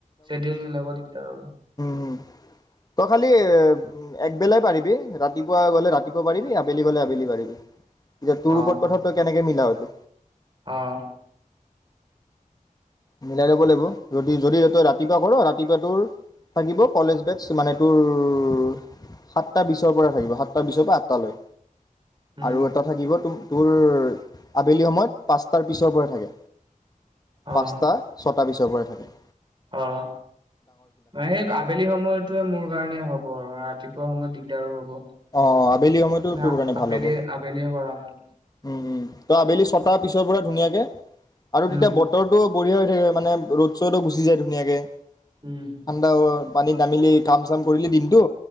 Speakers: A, on the right (about 35°); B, on the left (about 25°).
A: চেডিউল মিলাব দিগদাৰ হ'ব।
B: উম, তই খালি‌ উম, একবেলাই পাৰিবি, ৰাতিপুৱা গ'লে ৰাতিপুৱা পাৰিবি, আবেলি গ'লে আবেলি পাৰিবি। এতিয়া তোৰ
A: অ
B: ওপৰত কথা, ত‌ই কেনে কে মিলাও ইটো।
A: অ'।
B: মিলাই ল'ব লাগিব, যদি-যদি তই ৰাতিপুৱা কৰোঁ, ৰাতিপুৱা তোৰ থাকিব কলেজ বেটছ মানে তোৰৰ সাতটা বিছৰ পৰা থাকিব সাতটা বিছৰ পৰা আঠটালৈ।
A: উম
B: আৰু এটা থাকিব তুম তোৰ, আবেলি সময়ত পাচটাৰ পিছৰ পৰা থাকে।
A: অ',
B: পাচটা, ছ তাৰ পিছৰ পৰা থাকে।
A: অ', মানে সেক আবেলি সময়তোৱে মোৰ কাৰণে হ ব আৰু ৰাতিপুৱা সময়ত দিগদাৰো হ'ব।
B: অ', অ', আবেলি সময়তো
A: না
B: তোৰ কাৰণে ভাল
A: আবেলি
B: হ'ব।
A: আবেলিয়ে কৰা ভাল
B: উম, উম, ত' আবেলি ছটাৰ পিছৰ পৰা ধুনীয়াকে আৰু তেতিয়া
A: উম,
B: বতৰটো বঢ়িয়া হৈ থাকে। মানে ৰ'দ-চদ‌ও গুচি যায় ধুনীয়াকে।
A: উম,
B: ঠাণ্ডা হোৱা। পানীত নামিলি কাম চাম কৰিলি দিনটো।